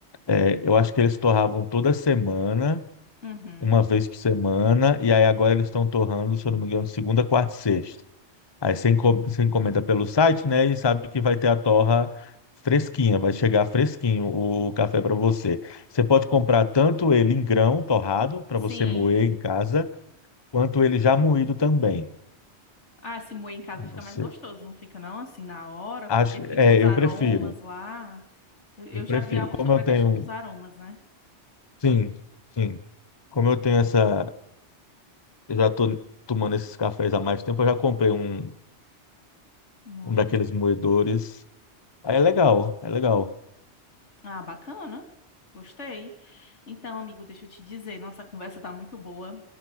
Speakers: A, on the left (about 25°); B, on the left (about 85°).
A: É, eu acho que eles torravam toda semana,
B: Uhum.
A: uma vez por semana, e aí agora eles estão torrando, se eu não me engano, segunda, quarta e sexta. Aí você enco- você encomenda pelo site, né, e sabe que vai ter a torra fresquinha, vai chegar fresquinho o café para você. Você pode comprar tanto ele em grão, torrado, para
B: Sim.
A: você moer em casa, quanto ele já moído também.
B: Ah, se moer em casa
A: E Você
B: fica mais gostoso, não fica não assim na hora,
A: acho,
B: porque fica
A: é,
B: os aromas
A: eu prefiro,
B: lá. Eu, eu
A: eu prefiro.
B: já vi algo
A: Como
B: sobre
A: eu
B: a
A: tenho,
B: questão dos aromas, né?
A: sim, sim. Como eu tenho essa Eu já tô tomando esses cafés há mais tempo. Eu já comprei um,
B: O moedor.
A: um daqueles moedores. Aí é legal, é legal.
B: Ah, bacana. Gostei. Então, amigo, deixa eu te dizer, nossa conversa tá muito boa,